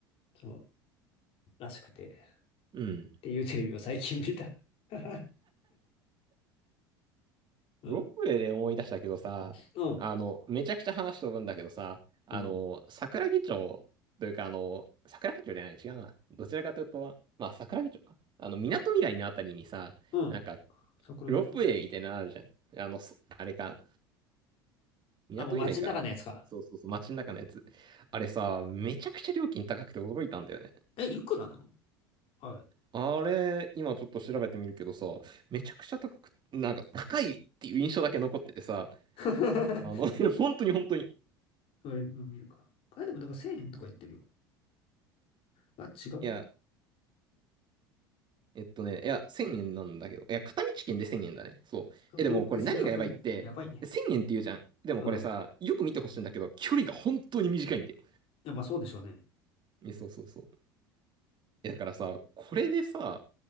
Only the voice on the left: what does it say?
そう、らしくて。っ
ていうテレビを最近見た。<laughs> うん。
うん。
うん。
うん
桜木うん
あ、もう街の中のやつか。
え、いくらなのあれ。
<laughs> あ
れ、うん見るか。あれでもなんか1000円とか言ってるよ。あ、違うな。
往復1800円。
やばいね。
うん。
いや、まあそうでしょうね。